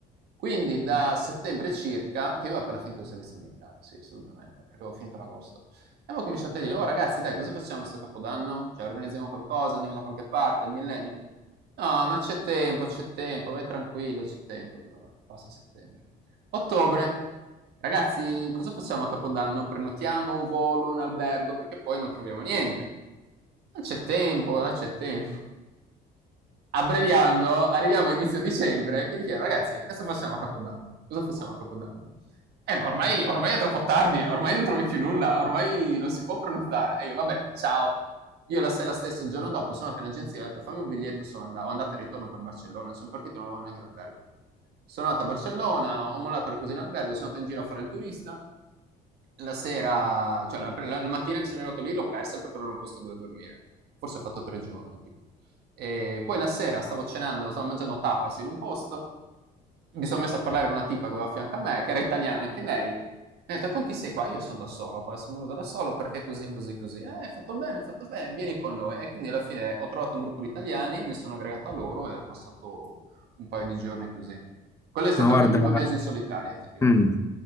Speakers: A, on the right; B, on the left.
A: Quindi da settembre circa, che io avevo appena finito il servizio militare, sì, assolutamente, perché avevo finito ad agosto. E Avevo cominciato a dire, oh ragazzi, dai, cosa facciamo sto capodanno? Cioè, organizziamo qualcosa, andiamo da qualche parte, il millennio. No, ma c'è tempo, c'è tempo, vai tranquillo, c'è tempo. Vabbè, passa settembre. Ottobre. Ragazzi, cosa facciamo a Capodanno? Prenotiamo un volo, un albergo, perché poi non troviamo niente. Non c'è tempo, dai, c'è tempo. Abbreviando, arriviamo a inizio dicembre che gli chiedo, ragazzi, cosa facciamo a Capodanno? Cosa facciamo a Capodanno? Eh, ma ormai, ormai è troppo tardi, ormai non trovi più nulla, ormai non si può prenotare. E io, va bene, ciao. Io la sera stessa, il giorno dopo, sono andato in agenzia e ho detto fammi un biglietto solo andata, andata e ritorno per Barcellona. non Sono partito, non avevo neanche l'albergo. Sono andato a Barcellona, ho mollato le cose in albergo, sono andato in giro a fare il turista. La sera, cioè la, la- la mattina che sono arrivato lì l'ho persa per trovare un posto dove dormire. Forse ho fatto tre giorni, tipo. E poi la sera stavo cenando, stavo mangiando tapas in un posto mi sono messo a parlare con una tipa che aveva a fianco a me, che era italiana anche lei. Mi ha detto, con chi sei qua? Io sono da solo qua, sono venuto da solo perché così, così, così. Eh, hai fatto bene, hai fatto bene, vieni con noi. E quindi alla fine ho trovato un gruppo di italiani, mi sono aggregato a loro e ho passato un paio di giorni così. Quello è stato
B: ma guarda,
A: il mio primo viaggio in solitaria, effettivamente.
B: mm,